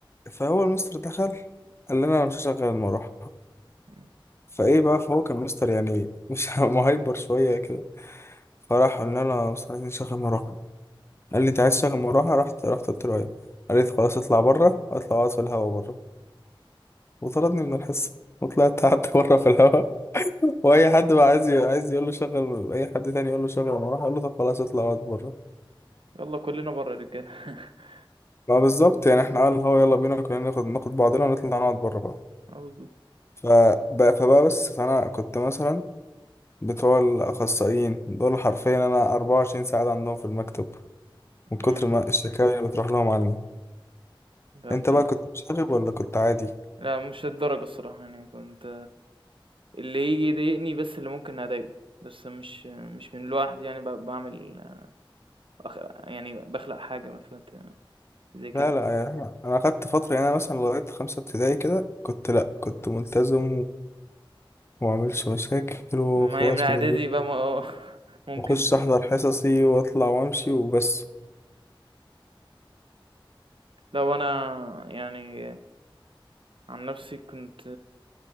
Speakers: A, on the left; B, on the right.
A: فهو المستر دخل قال لنا انا مش هشغل المروحه
B: مم.
A: فايه بقى فهو كان مستر يعني مش <laughs> مهايبر شويه كده فراح قلنا له يا مستر عايزين نشغل مروحه قال لي انت عايز تشغل مروحه رحت رحت قلت له ايوه قال لي "طب خلاص اطلع بره اطلع اقعد في الهوا بره وطردني من الحصه وطلعت قعدت <laughs> بره في الهوا واي حد بقى عايز ي... عايز يقول له شغل اي حد تاني يقول له شغل المروحه اقول له طب خلاص اطلع اقعد بره
B: يلا كلنا بره يا رجالة <laughs>
A: ما بالظبط يعني احنا
B: مم.
A: قال هو يلا بينا كلنا ناخد ناخد بعضنا ونطلع نقعد بره بقى
B: اه بالظبط
A: فبقى فبقى بس فانا كنت مثلا بتوع الأخصائيين دول حرفيا أنا 24 ساعة عندهم في المكتب من كتر
B: مم.
A: ما الشكاوي اللي بتروح لهم عني
B: ده
A: أنت
B: انت
A: بقى كنت مشاغب ولا كنت عادي؟
B: لا مش للدرجة الصراحة يعني كنت اللي يجي يضايقني بس اللي ممكن اضايقه بس مش مش من لوحدي يعني ب- بعمل أخ... يعني بخلق حاجة مثلا ت- زي كده
A: لا لا يا أحمد أنا أخدت فترة يعني أنا مثلا لغاية خمسة ابتدائي كده كنت لأ كنت ملتزم ومعملش مشاكل وخلاص
B: ما هي من اعدادي
A: من البيت
B: بقى ما اه <laughs> ممكن
A: وأخش
B: تبقى
A: أحضر حصصي وأطلع وأمشي وبس
B: لأ، هو أنا يعني عن نفسي كنت